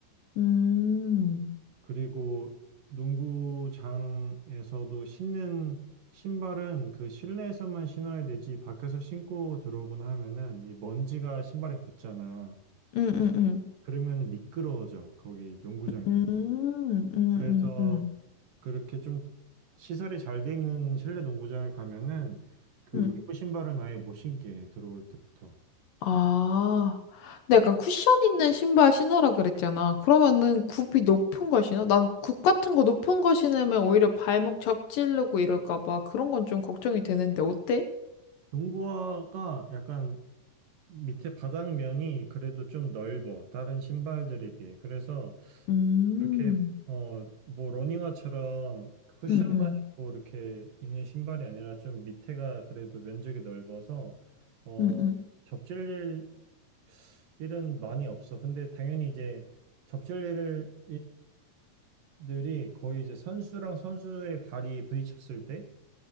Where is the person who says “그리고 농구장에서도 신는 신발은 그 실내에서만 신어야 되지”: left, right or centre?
Right